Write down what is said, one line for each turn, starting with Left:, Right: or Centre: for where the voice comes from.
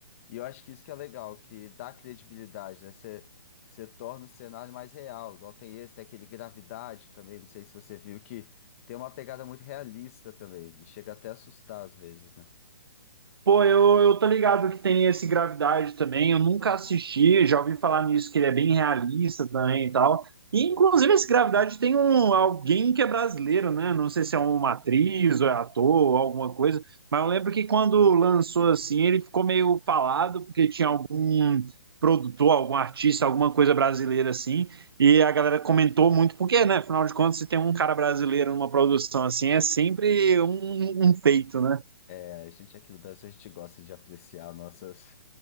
Left: E eu acho que isso que é legal, que dá credibilidade, né? Você, você torna o cenário mais real. Igual tem esse, tem aquele Gravidade também, não sei se você viu, que tem uma pegada muito realista também. E chega até a assustar às vezes, né?
Right: Pô, eu, eu tô ligado que tem esse Gravidade também. Eu nunca assisti, já ouvi falar nisso, que ele é bem realista também e tal. E, inclusive, esse Gravidade tem um, alguém que é brasileiro, né? Não sei se é uma atriz ou é ator ou alguma coisa, mas eu lembro que quando lançou assim, ele ficou meio falado, porque tinha algum produtor, algum artista, alguma coisa brasileira assim, e a galera comentou muito, porque, né? Afinal de contas, se tem um cara brasileiro numa produção assim, é sempre um um feito, né?
Left: É, a gente aqui do Brasil, a gente gosta de apreciar nossas,